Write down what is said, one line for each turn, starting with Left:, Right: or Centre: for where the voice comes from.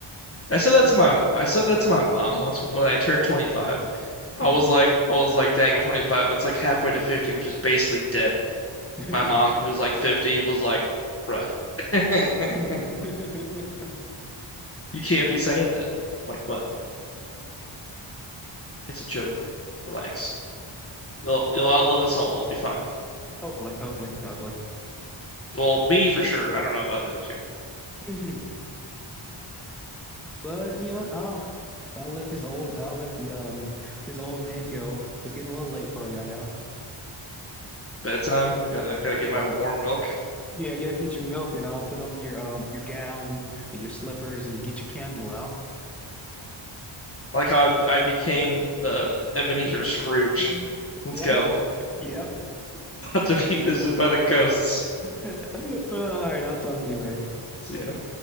Left: I said that
Centre: <laughs>
Left: to my I said that to my mom once when I turned 25. I
Centre: Mhm.
Left: was like, I was like, dang, I'm 25. It's like halfway to 50, which is basically dead.
Centre: <laughs>
Left: My mom, who's like 50, was like, bruh, <laughs>
Centre: <laughs> Hopefully,
Left: you can't be saying that. I'm like, what? It's a joke. Relax. You'll you'll outlive us all. It'll be fine.
Centre: hopefully, hopefully. <laughs>
Left: Well, me for sure. I don't know about the other two.
Centre: Mhm. But you know, what, I'll I'll let this old I'll let the um this old man go. It's getting a little late for you, I know.
Left: Bedtime. Gotta gotta
Centre: <laughs>
Left: get my warm milk.
Centre: Yeah, yeah, get your milk and um put on your um your gown and your slippers and get your candle out.
Left: I like how I, I became uh Ebenezer
Centre: <laughs>
Left: Scrooge. Let's
Centre: Yep,
Left: go.
Centre: yep. <laughs>
Left: <laughs> About to
Centre: All
Left: be visited by the ghosts.
Centre: right, I'll talk to you later.
Left: See ya.